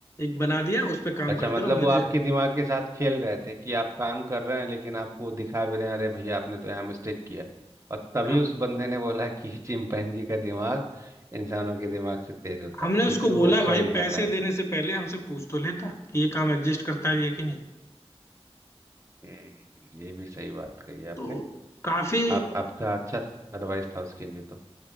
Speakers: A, on the left; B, on the right.
A: एक बना दिया उस पर काम
B: अच्छा
A: करते
B: मतलब
A: रहो
B: वो
A: मजे
B: आपके दिमाग के साथ खेल रहे थे कि आप काम कर रहे हैं लेकिन आपको दिखा भी रहे हैं अरे भैया आपने तो यहाँ मिस्टेक किया और तभी
A: हाँ
B: उस बंदे ने बोला कि <laughs> चिंपैंजी का दिमाग इंसानों के दिमाग से तेज होता
A: हमने
B: है क्योंकि
A: उसको
B: वो
A: बोला
B: स्ट्रगल
A: भाई
B: कर
A: पैसे
B: रहा है बेचारा
A: देने से पहले हमसे पूछ तो लेता कि ये काम एग्जिस्ट करता है या कि नहीं
B: हम्म, ये भी सही बात कही आपने
A: तो काफी
B: आप आपका अच्छा एडवाइस था उसके लिए तो